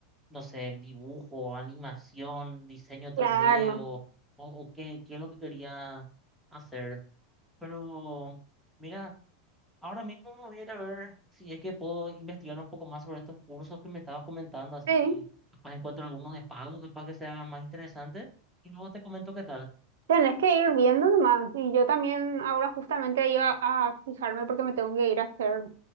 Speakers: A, in the centre; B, on the right.
A: no sé, dibujo, animación, diseño 3D
B: Claro,
A: o, o, o qué, qué es lo que quería hacer. Pero mira, ahora mismo me voy a ir a ver si es que puedo investigar un poco más sobre estos cursos que me estabas comentando, así
B: sí,
A: capaz encuentro alguno de pago, capaz que sea más interesante. Y luego te comento qué tal.
B: tenés que ir viendo nomás. Y yo también ahora justamente iba a fijarme porque me tengo que ir a hacer